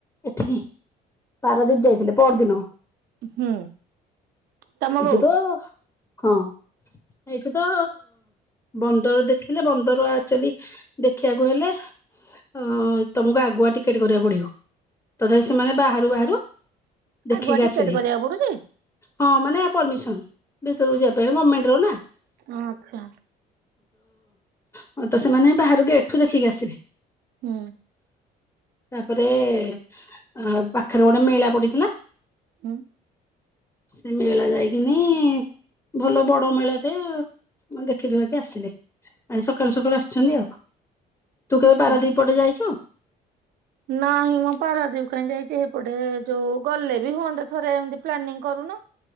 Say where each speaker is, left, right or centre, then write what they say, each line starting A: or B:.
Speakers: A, on the left; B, on the right.
A: ଏଠିକି ପାରାଦୀପ ଯାଇଥିଲେ ପହରଦିନ।
B: ହୁଁ ତମ ବୋଉ?
A: ଏଠୁ ତ ହଁ ଏଇଠି ତ ବନ୍ଦର ଦେଖିଲେ ବନ୍ଦର ଆକଚୁଲି ଦେଖିବାକୁ କହିଲେ ଅ ତମକୁ ଆଗୁଆ ଟିକେଟ କରିବାକୁ ପଡିବ। ତଥାପି ସେମାନେ ବାହାରୁ ବାହାରୁ ଦେଖିକି
B: ଆଗୁଆ ଟିକେଟ
A: ଆସିଲେ
B: କରିବାକୁ ପଡୁଛି?
A: ହଁ ମାନେ ପରର୍ମିସନ। ଭିତରକୁ ଯିବା ପାଇଁ ଗମେଣ୍ଟ ର ନା।
B: ଆଚ୍ଛା।
A: ହଁ ତ ସେମାନେ ବାହାରକୁ ଏଠୁ ଦେଖିକି ଆସିଲେ।
B: ହୁଁ।
A: ତାପରେ ଅ ପାଖରେ ଗୋଟେ ମେଳା ପଡିଥିଲା।
B: ହୁଁ।
A: ସେ ମେଳା ଯାଇକିନି ଭଲ ବଡ ମେଳା ଟେ ଦେଖିଦୁଖାକି ଆସିଲି। ଆଜି ସକାଳୁ ସକାଳୁ ଆସିଛନ୍ତି ଆଉ। ତୁ କେବେ ପାରାଦ୍ୱୀପ
B: ହୁଁ।
A: ପଟେ ଯାଇଛୁ?
B: ନାହିଁ ମୁଁ ପାରାଦୀପ କାହିଁ ଯାଇଛି। ହେପଟେ ଯୋଉ ଗଲେ ବି ହୁଅନ୍ତେ ଥରେ ଏମତି ପ୍ଲାନିଂ କରୁନ।